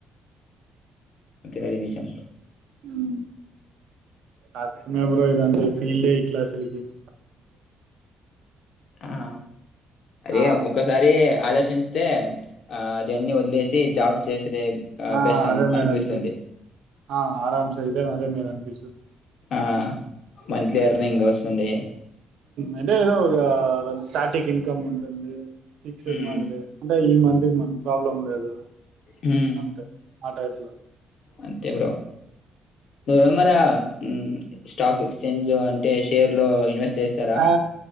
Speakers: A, on the left (about 65°); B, on the right (about 75°).
A: ఆది నిజం బ్రో
B: మ్ము ఆ మేబ్రో ఇది ఈ ఫీల్డ్ ఏ ఇట్లా స్ త్రిగేడ్
A: ఆ అదే
B: ఆ
A: ఒకసారి ఆలోచ చేస్తే ఆ అది అన్ని వదిలేసి జాబ్ చేసేదే
B: ఆ
A: బెస్ట్
B: అదే మేడం
A: అనిపిస్తుంది
B: ఆ ఆరామ్సే ఇదే అదే మేడం అనిపిస్తది
A: ఆమంత్లీ ఇంకా వస్తుంది
B: అంటే ఏదో ఒక స్టాటిక్ ఇన్కమ్ ఉంటుంది ఫిక్స్డ్
A: హ్మ్
B: మాదిరి అంటే ఈ మంత్ కి మనంకు ప్రాబ్లం లేదు
A: హ్మ్
B: అంతే ఆ టైప్ లో
A: అంతే బ్రో నువ్వేమరా హ్మ్ స్టాక్ ఎక్స్చేంజ్ అంటే షేర్ లో ఇన్వెస్ట్ చేస్తారా
B: ఆ